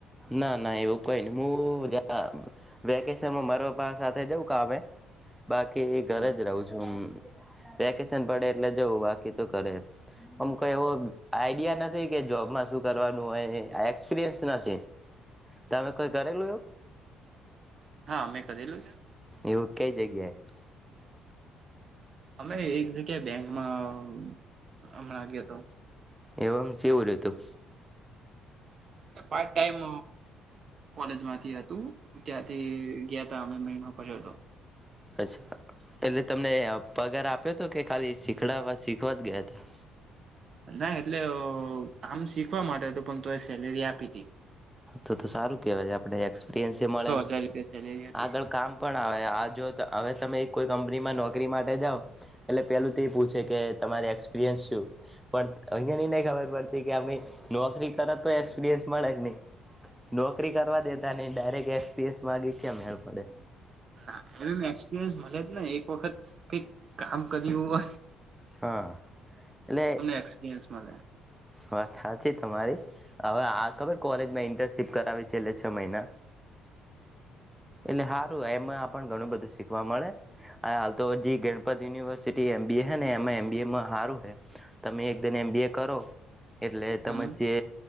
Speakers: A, in the centre; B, on the right.
A: ના ના એવું કાય નહી વેકેશનમાં મારા પપ્પા સાથે જઉં કામે બાકી ઘરે
B: હા
A: જ રહું છું હ વેકેશન પડે એટલે જવું બાકી તો ધરે આમ કઈ એવો આઈડિયા નથી કે જોબમાં શું કરવાનું હોય એક્સપિરિયન્સ નથી તમે કોઈ કરેલું એવુ
B: હા મૅ કરેલુ
A: એવું તે કઈ જગ્યા એ
B: અમે એક જગ્યાએ બેંકમાં હમણાં ગયો હતો
A: એવમ જેવું રહેતું
B: પાર્ટ ટાઈમ કોલેજ માંથી હતું ત્યાંથી ગયા હતા અમે મહિનો કર્યો હતો
A: અચ્છા એટલે તમને પગાર આપ્યો હતો કે ખાલી શીખડાવા શીખવા જ ગયા હતા
B: ના એટલે આમ શીખવા માટે હતું પણ તો એ સેલેરી આપી હતી
A: તો તો સારું કહેવાય આપણે એક્સપિરિયન્સ મળે
B: છ હજાર રૂપિયા સેલેરી હતી
A: આગળ કામ પણ આવે આ જો હવે તમે કોઈ કંપનીમાં નોકરી માટે જાઓ એટલે પેલું તો એ પૂછે કે તમારે એક્સપિરિયન્સ શું પણ અહીંયાની નહીં ખબર પડતી કે અમે નોકરી કર તોય એક્સપિરિયન્સ મળે જ નહીં નોકરી કરવા દેતા નહી ડાયરેક્ટ એસકપિરીયન્સ માગે કેમ મેળ પડે
B: ના એમનેમ એક્સપિરિયન્સ મળે જ ને એક વખત કઈક કામ કર્યું હોય
A: હા એલે
B: એક્સપીરયન્સ મળે
A: હ વાત સાચી તમારી હવે આ ખબર કોલેજમાં ઇન્ટર્નશીપ કરાવી છેલ્લે છ મહિના એટલે સારું એમાં પણ ઘણું બધું શીખવા મળે હા હાલ તો જી ગણપત યુનિવર્સિટી એમબીએ હે ને એમાં એમબીએમાં હારું હે તમે એકજન એમ બી એ કરો એટલે તમે
B: હમ
A: જે